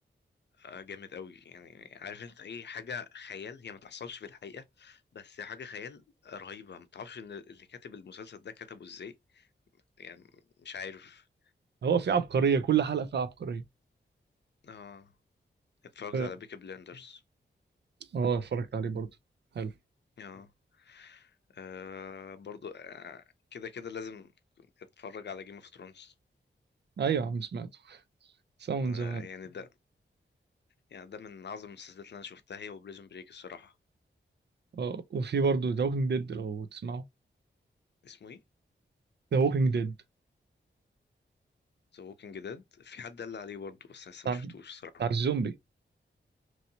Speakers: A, on the left; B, on the right.
A: آه، جامد قوي يعني عارف انت ايه حاجة خيال هي ما تحصلش في الحقيقة بس حاجة خيال رهيبة ما تعرفش ان اللي كاتب المسلسل ده كتبه ازاي يعني مش عارف
B: هو في عبقريه كل حلقه فيها عبقريه
A: اه اتفرجت
B: ف-
A: على بيكي بلندرز
B: اه اتفرجت عليه برضه حلو
A: <laughs> اه آه، برضو آه، كده كده لازم اتفرج على جيم اوف ثرونز
B: ايوه يا عم سمعته سامعه
A: آه
B: من زمان
A: يعني ده يعني ده من اعظم المسلسلات اللي انا شفتها هي وبريزون بريك الصراحة
B: اه وفي برضه ذا ووكينج ديد لو تسمعه
A: اسمه ايه
B: ذا ووكينج ديد
A: ذا ووكينج ديد في حد قال لي عليه برضو بس أنا لسه
B: بتاع
A: ما شفتوش الصراحة
B: بتاع الزومبي